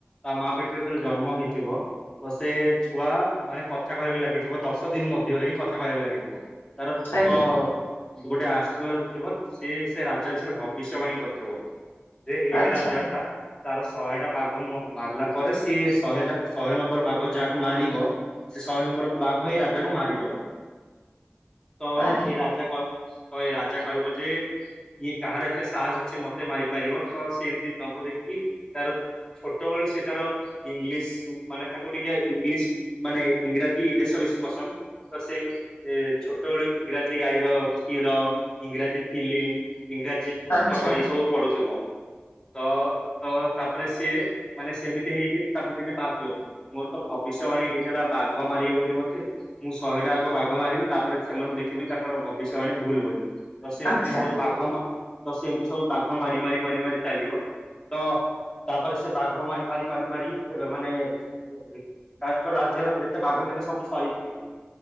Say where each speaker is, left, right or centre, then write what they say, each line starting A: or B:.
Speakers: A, on the left; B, on the left.
A: ତା ମା ପେଠରେ ଯେତେବେଳେ ଜନ୍ମ ହେଇଥିବ। ଓ ସେ ଛୁଆ ମାନେ କଥା କହିବାକୁ ଲାଗିଥିବ ଦଶ ଦିନ ମଧ୍ୟରେ ହିଁ। କଥା କହିବାକୁ ଲାଗିଥିବ। ତାର ତ
B: ଆଜ୍ଞା
A: ଗୋଟେ ଆଷ୍ଟ୍ରୋଲୋଜର ଥିବ ସେ ସେ ରାଜା ବିଷୟରେ ଭବିଷ୍ୟବାଣୀ କରିଥିବ। ଯେ ଏହି
B: ଆଜ୍ଞା
A: ରାଜା ଟା ତାର ଶହେଟା ବାଘ ମାରିଲା ପରେ ସିଏ ଶହେଟା ଶହେ ନମ୍ବର ବାଘ ଯାହାକୁ ମାରିବ ସେ ଶହେ ନମ୍ବର ବାଘ ହେଇ ରାଜାକୁ ମାରିଦବ। ତ
B: ଆଚ୍ଛା
A: ଏ ରାଜା ତ ଏ ରାଜା କହିବ ଯେ ଇଏ କାହାର ଏତେ ସାହସ ଅଛି ମତେ ମାରିପାରିବ ତ ସେ ଏମିତି ଦମ୍ଭ ଦେଖିଇକି ତାର ଛୋଟବେଳୁ ସେ ତାର ଇଂଲିଶ ମାନେ ତାକୁ ଟିକେ ଇଂଲିଶ ମାନେ ଇଂରାଜୀ ଦେଶ ବେଶୀ ପସନ୍ଦ। ତ ସେ ଛୋଟବେେଳୁ ଇଂରାଜୀ ଗାଈର କ୍ଷୀର, ଇଂରାଜୀ ଫିଲ୍ମ। ଇଂରାଜୀ ପୁସ୍ତକ
B: ଆଜ୍ଞା ଆଚ୍ଛା
A: ଏଇ ସବୁ ପଢୁଥିବ। ତ ତ ତାପରେ ସିଏ ମାନେ ସେମିତି ହେଇକି ତାପରେ ଦିନେ ଭାବିବ। ମୋର ତ ଭବିଷ୍ୟବାଣୀ ହେଇଥିଲା ବାଘ ମାରିବ ବୋଲି ମତେ ମୁଁ ଶହେଟା ଆଗ ବାଘ ମାରିବି ତାପରେ ସେମାନଙ୍କୁ ଦେଖିବି ତାଙ୍କର ଭବିଷ୍ୟବାଣୀ ଭୁଲ ବୋଲି। ତ ସେ ଏମିତି
B: ଆଚ୍ଛା
A: ସବୁ ବାଘ ତ ସେମିତି ସବୁ ବାଘ ମାରି ମାରି ମାରି ମାରି ଚାଲିବ। ତ ତାପରେ ସେ ବାଘ ମାରି ମାରି ମାରି ମାରି ମାନେ ତାଙ୍କ ରାଜ୍ୟର ଯେତେ ବାଘ ଥିବେ ସବୁ ସରିଯିବେ।